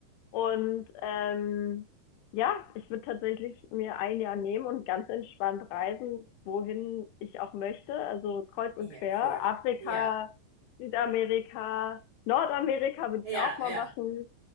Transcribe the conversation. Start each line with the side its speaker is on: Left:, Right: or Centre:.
Left: Und ähm, ja, ich würde tatsächlich mir ein Jahr nehmen und ganz entspannt reisen, wohin ich auch möchte. Also kreuz
Right: Ja,
Left: und quer.
Right: cool.
Left: Afrika,
Right: Ja,
Left: Südamerika, Nordamerika würde
Right: ja,
Left: ich auch mal
Right: ja.
Left: machen,